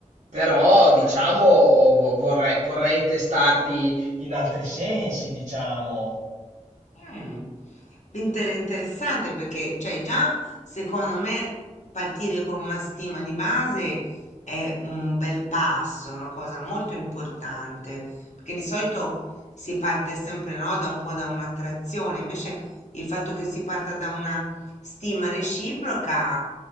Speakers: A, on the right; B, on the left.
A: Però, diciamo,
B: Ah.
A: vo- vorrei, vorrei testarti in altri sensi, diciamo.
B: Mm. Inter- interessante perché, cioè, già secondo me partire con una stima di base è un bel passo, una cosa molto importante, perché di solito si parte sempre, no, da un po' da un'attrazione, invece il fatto che si parta da una stima reciproca,